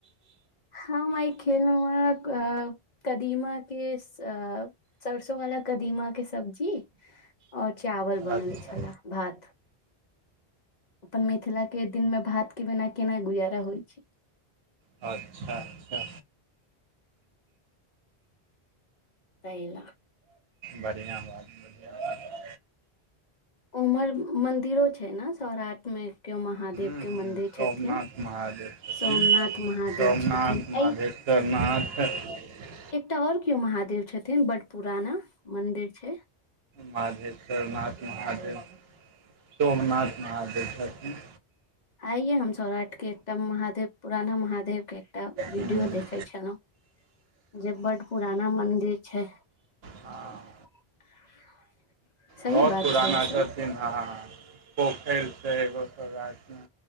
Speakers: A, on the left; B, on the right.
A: हम अइ खेनू य कदीमा के अ सरसों वाला कदीमा के सब्जी और चावल बनल
B: अच्छा
A: छले भात अपन मिथिला के दिन मे भात के बिना केना गुजारा होइ छै
B: <inaudible> अच्छा अच्छा
A: तहीला
B: बढ़िआँ बात बढ़िआँ बात
A: ओमहर मन्दिरो छै ने सौराठ मे केयो महादेव
B: हूँ हूँ
A: के मन्दिर
B: सोमनाथ
A: छथिन
B: महादेव छथिन
A: सोमनाथ महादेव
B: सोमनाथ
A: छथिन ए
B: <unintelligible>
A: एकटा और केयो महादेव छथिन बड पुराना मंदिर छै
B: मधेश्वरनाथ महादेव सोमनाथ महादेव छथिन
A: आइए हम सौराठ के एकटा महादेव पुराना महादेव के एकटा वीडियो
B: हूँ
A: देखे छलहुँं जे बड पुराना मंदिर छै
B: हँ
A: <inaudible> सही
B: बहुत
A: बात
B: पुराना
A: छै ई सब
B: छथिन ह पोखैर छै एगो <unintelligible> त